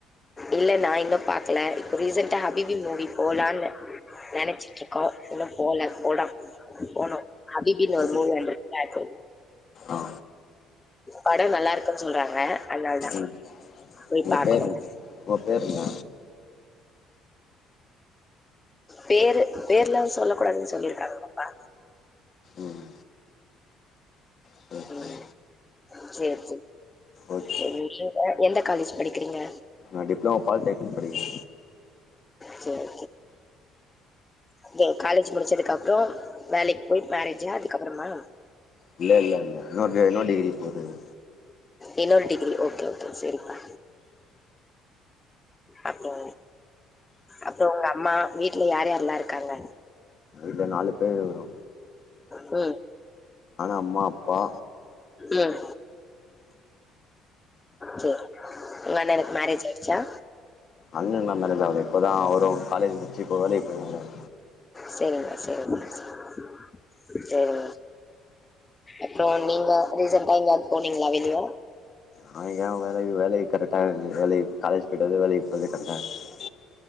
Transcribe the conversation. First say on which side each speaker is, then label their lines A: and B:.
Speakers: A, on the left (about 20°); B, on the left (about 50°).
A: இல்ல நா இன்னு பாக்கல இப்ப ரீசெண்டா ஹபிபி மூவி போலாம்னு நெனைச்சிட்டு இருக்கோ இன்னு போல போட போனோ ஹபிபின்னு ஒரு
B: ம்
A: மூவி வந்துருக்குல அது
B: ஆ
A: படோ நல்லா இருக்குன்னு சொல்றாங்க அதனாலதா
B: ம்
A: போய்
B: உங்க
A: பாக்கணு
B: பேர் என்ன? உங்க பேர் என்ன?
A: பேரு பேர்லா சொல்ல கூடாதுன்னு சொல்லிருக்காங்கப்பா,
B: ம் சரி
A: ம்
B: சரி
A: சேரி
B: ஓகே
A: சேரி சேரி அ எந்த காலேஜ் படிக்கிறீங்க
B: நா டிப்ளமோ பாலிடெக்னிக் படிக்கிற
A: சேரி, சேரி காலேஜ் இது முடிச்சதுக்கப்றோ வேலைக்கு போய் மேரேஜா அதுக்கப்பறமா
B: இல்ல இல்ல இல்ல இன்னொரு இன்னொரு டிகிரி போட்றது
A: இன்னொரு டிகிரி ஓகே ஓகே செரிப்பா, அப்றோ அப்றோ உங்க அம்மா வீட்ல யாரு யார்ல்லா இருக்காங்க
B: இங்க நாலு பேர் இருக்குறோ
A: ம்
B: அம்மாப்பா
A: ம் செரி உங்க அண்ணனுக்கு மேரேஜாயிச்சா
B: இன்னு நா மேரேஜாவுல இப்போ தா அவுரு காலேஜ் முடிச்சு இப்போ வேலைக்கிப்போனாரு
A: சேரிங்க சேரிங்க சேரிங்க சேரிங்க அப்புறோ நீங்க ரீசன்டா எங்கயாவது போனீங்களா வெளிய
B: நா ஏ வேலைக்கு வேலைக்கு கரெக்டாகருது வேலைை காலேஜ் போயிடடு வந்து வேலைக்கு போது கரெக்டாக இருது